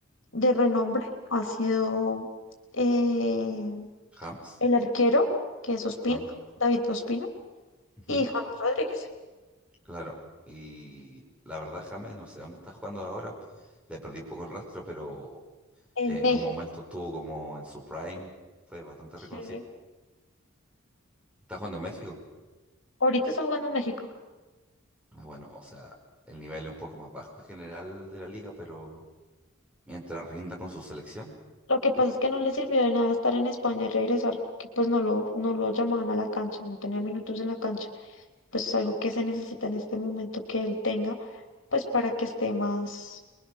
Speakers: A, on the left (about 60°); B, in the centre.
A: de renombre ha sido eh,
B: James.
A: el arquero, que es Ospina,
B: Ah,
A: David Ospina,
B: ujú,
A: y James Rodríguez
B: claro. Y la verdad, James, no sé dónde está jugando ahora. Le perdí un poco el rastro, pero
A: en
B: en
A: México.
B: un momento estuvo como en su prime. Fue bastante
A: sí
B: reconocido. ¿Está jugando en México?
A: Ahorita está jugando en México.
B: Ah, Bueno, o sea, el nivel es un poco más bajo en general de la liga, pero mientras rinda con su selección,
A: Lo que pasa es que no le sirvió de nada estar en España y regresar porque pues no lo, no lo llamaban a la cancha, no tenía minutos en la cancha. Pues es algo que se necesita en este momento que él tenga, pues para que esté más